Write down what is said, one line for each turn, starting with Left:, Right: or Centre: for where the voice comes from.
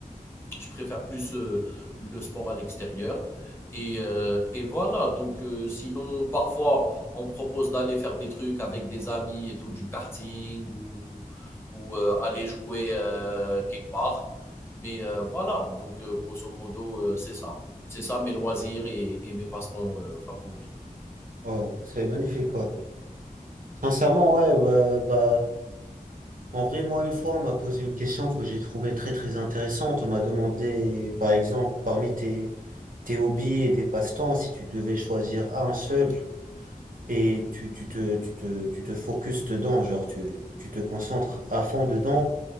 Left: Je préfère plus euh, le sport à l'extérieur. Et, euh, et voilà, donc euh, sinon, parfois, on propose d'aller faire des trucs avec des amis et tout, du karting ou, ou euh, aller jouer euh, quelque part. Mais euh, voilà, donc euh, grosso modo, euh, c'est ça. C'est ça mes loisirs et, et mes passe-temps euh, favoris.
Right: Oh, c'est magnifique, ouais. Sincèrement, ouais, bah, bah, En vrai, moi, une fois, on m'a posé une question que j'ai trouvée très, très intéressante. On m'a demandé, par exemple, parmi tes, tes hobbies et des passe-temps, si tu devais choisir un seul et tu, tu te, tu te, tu te focuses dedans, genre tu, tu te concentres à fond dedans